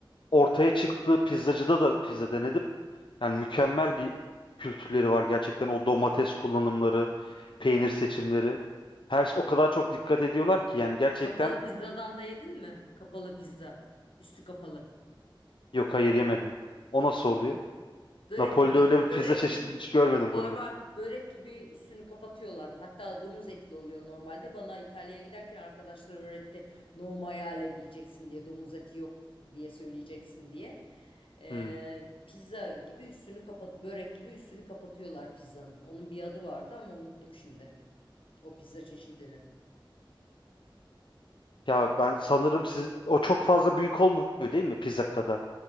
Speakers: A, on the left; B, on the left.
A: ortaya çıktığı pizzacıda da pizza denedim. Yani mükemmel bir kültürleri var gerçekten. O domates kullanımları, peynir seçimleri. Her şey- o kadar çok dikkat ediyorlar ki yani gerçekten
B: Kapalı pizzadan da yedin mi? Kapalı pizza. Üstü kapalı.
A: yok hayır yemedim. O nasıl oluyor?
B: Börek
A: Napoli'de
B: gibi
A: öyle
B: börek
A: bir pizza çeşidi
B: gibi
A: hiç görmedim
B: var
A: bu arada.
B: var börek gibi üstünü kapatıyorlar. Hatta domuz etli oluyor normalde. Bana İtalya'ya giderken arkadaşlar öğretti. No maiale diyeceksin diye domuz eti yok diye söyleyeceksin diye. Ee,
A: Hmm.
B: pizza gibi üstünü kapat börek gibi üstünü kapatıyorlar pizzanın. Onun bir adı vardı ama unuttum şimdi. O pizza çeşidinin.
A: Ya ben sanırım siz o çok fazla büyük olmuyor değil mi pizza kadar?